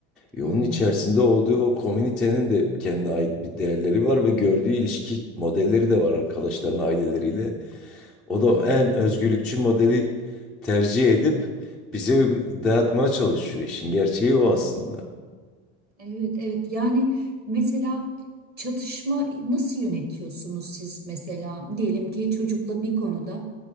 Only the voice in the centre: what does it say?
E,
onun
içerisinde olduğu o komünitenin de kendine ait bir değerleri var ve gördüğü ilişki modelleri de var arkadaşlarının aileleriyle. O da
en özgürlükçü modeli tercih edip bize uyg- dayatmaya çalışıyor. İşin gerçeği o aslında.